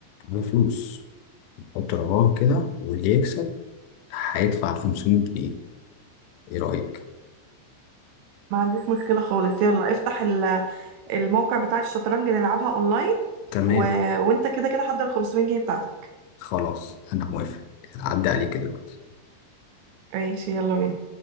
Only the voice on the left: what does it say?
على فلوس حط رقم كده واللي يكسب هيدفع 500 جنيه ايه رايك
تمام
خلاص انا موافق عدى عليك دلوقتي